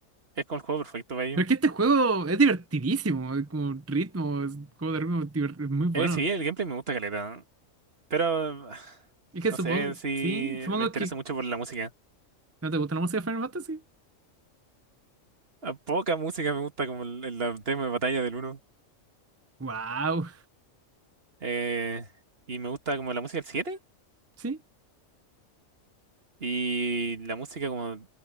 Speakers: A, on the right; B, on the right.
A: es como el juego perfecto para ello.
B: Pero es que este juego es divertidísimo, es como ritmo, es un juego de ritmo diver- es muy bueno.
A: Eh, sí, el gameplay me gusta caleta. Pero <sighs>
B: Es que
A: no
B: supongo,
A: sé si
B: sí, supongo
A: me interesa
B: que
A: mucho por la música.
B: no te gusta la música de Final Fantasy.
A: A poca música me gusta como el, el- el tema de batalla del uno
B: Wow,
A: Eh, y me gusta como la música del 7
B: sí.
A: y la música como